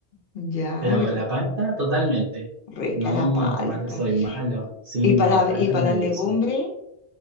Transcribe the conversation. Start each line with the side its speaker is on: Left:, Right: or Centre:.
Left: Ya,
Right: Pero
Left: pero
Right: la palta, totalmente.
Left: Rica
Right: No,
Left: la palta.
Right: el tomate soy malo. Sí,
Left: Y para
Right: no, la
Left: la-
Right: palta
Left: y para
Right: maravillosa.
Left: las legumbres,